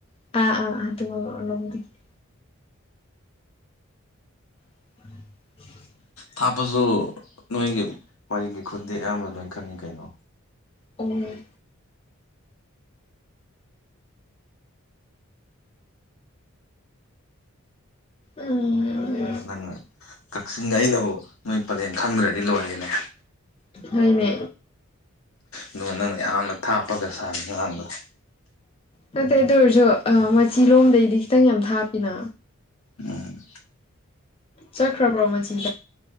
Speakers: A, on the left (about 25°); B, on the left (about 75°).
A: <unintelligible> <inaudible>
B: ꯊꯥꯞꯄꯁꯨ ꯅꯣꯏꯒꯤ ꯋꯥꯔꯤꯒꯤ ꯈꯨꯗꯤ ꯑꯌꯥꯝꯕ ꯂꯣꯏ ꯈꯪꯉꯤ ꯀꯩꯅꯣ
A: ꯎꯝ ꯎꯝ
B: ꯅꯪꯅ ꯀꯛꯆꯤꯡ ꯑꯩꯅꯕꯨ ꯅꯣꯏ ꯄꯂꯦꯟ ꯈꯪꯗ꯭ꯔꯗꯤ ꯂꯣꯏꯔꯦꯅꯦ
A: ꯍꯅꯦ꯫
B: ꯑꯗꯨꯒ ꯅꯪꯅ ꯌꯥꯝꯅ ꯊꯥꯞꯄꯒ ꯁꯥꯔꯥ ꯑꯉꯥꯡꯗꯅꯥ
A: ꯅꯠꯇꯦ ꯑꯗꯨ ꯑꯣꯏꯔꯁꯨ ꯃꯆꯤ ꯂꯣꯝꯗꯩꯗꯤ ꯈꯤꯇꯪ ꯌꯥꯝ ꯊꯥꯞꯄꯤꯅ
B: ꯎꯝ
A: ꯆꯠꯈ꯭ꯔꯕꯣ ꯃꯆꯤꯗ